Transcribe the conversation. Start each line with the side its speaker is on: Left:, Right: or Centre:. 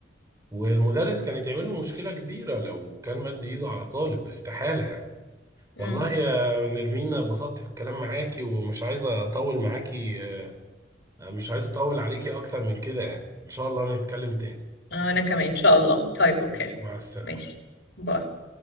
Right: والمدرس كان يتعمل له مشكلة كبيرة لو كان مد إيده على طالب استحالة يعني
Left: امم
Right: والله يا نرمينا اتبسطت في الكلام معاكي ومش عايزة أطول معاكي مش عايز أطول عليكي أكتر من كده يعني إن شاء الله نتكلم تاني
Left: آه انا كمان ان شاء الله طيب اوكي
Right: مع السلامة
Left: ماشي باي